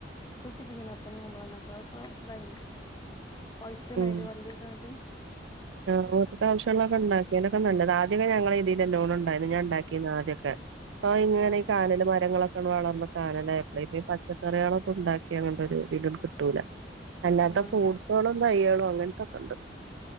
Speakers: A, on the left (about 20°); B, on the right (about 80°).
A: കുഴിച്ചിട്ടിന് മത്തനും കുമ്പളങ്ങൊക്കെ അപ്പൊ ഇണ്ടായിന് പൈത്ത്ണ്
B: ഉം
A: അയിന്റെ വള്ളിയൊക്കെങ്ങട്ട്
B: ആഹ് വീട്ട്ക്കാവശ്യളൊക്കെ ണ്ടാക്കിയാലൊക്കെ നല്ലതാ ആദ്യൊക്കെ ഞങ്ങളെതീല് ലല്ലോണം ഉണ്ടായിന്ന് ഞാൻണ്ടാക്കിന്ന് ആദ്യൊക്കെ ഇപ്പൊ ഇങ്ങനെ
A: ആ
B: ഈ കാനല് മരങ്ങളൊക്കെ ക്കെ വളർന്ന് കാനലായപ്ലെയ് പ്പൊ ഈ പച്ചക്കറിയാളൊക്കെണ്ടാക്കിയ ങ്ങൺണ്ടൊരു തില് ണ്ട് കിട്ടൂല അല്ലാത്ത
A: ആഹ്
B: ഫ്രൂട്സോളും
A: ഞാ
B: തയ്യാളും അങ്ങനത്തൊക്കെണ്ട്